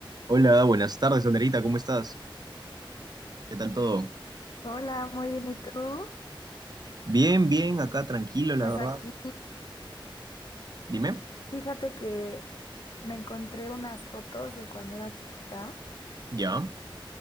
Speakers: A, on the right; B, on the left.
A: Hola, buenas tardes, Anderita, ¿cómo estás? ¿Qué tal todo?
B: Hola, muy bien. ¿Y tú?
A: Bien, bien, acá tranquilo,
B: Pues
A: la verdad.
B: aquí,
A: Dime.
B: fíjate que me encontré unas fotos de cuando era chiquita
A: Ya,